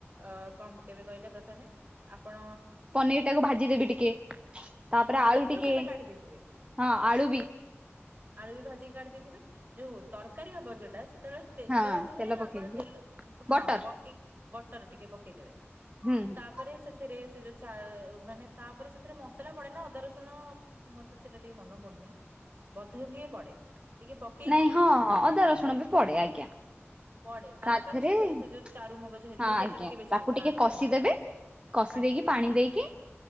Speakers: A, on the right (about 45°); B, on the right (about 25°).
A: ଅ କନ୍ ପକେଇବେ କହିଲେ ପ୍ରଥମେ ଆପଣ
B: ପନିର ଟାକୁ ଭାଜିଦେବି ଟିକେ ତାପରେ
A: ଭାଜିକି
B: ଆଳୁ ଟିକେ
A: ତ ସେଇଟା କାଢି ଦେଇଥିବେ
B: ହଁ ଆଳୁ ବି
A: ଆଳୁ ବି ଭାଜିକି କାଢିଦେଇଥିବେ ଯଉ ତରକାରୀ ହବ ଯୋଉଟା ସେତେବେଳେ ତେଲ
B: ହଁ
A: ନୁହେଁ
B: ତେଲ ପକେଇକି
A: ଆପଣ ତେଲ ହଁ
B: ବଟର
A: ବକି ବଟର ଟିକେ ପକେଇଦେବେ
B: ହୁଁ ହୁଁ
A: ତାପରେ ସେଥିରେ ସେ ଯୋଉ ଚା ମାନେ ତାପରେ ସେଥିରେ ମସଲା ପଡେ ନା ଅଦା ରସୁଣ ମତେ ସେଟା ଟିକେ ମନ ପଡୁନି ବଧେ ହୁଏ ପଡେ। ଟିକେ ପକେଇକି
B: ନାଇଁ ହଁ ହଁ ଅଦା ରସୁଣ ବି ପଡେ ଆଜ୍ଞା। ତା
A: ପଡେ ତାପରେ
B: ଧୀରେ
A: ସେଥିରେ
B: ହଁ
A: ସେ ଯୋଉ ଚାରୁ ମଗଜ ହେରିକା
B: ଆଜ୍ଞା
A: ସେଇଟା ଟିକେ ବେଶୀ
B: ତାକୁ ଟିକେ କଷିଦେବେ
A: ପରିମାଣ
B: କଷି
A: ଆଜ୍ଞା
B: ଦେଇକି ପାଣି ଦେଇକି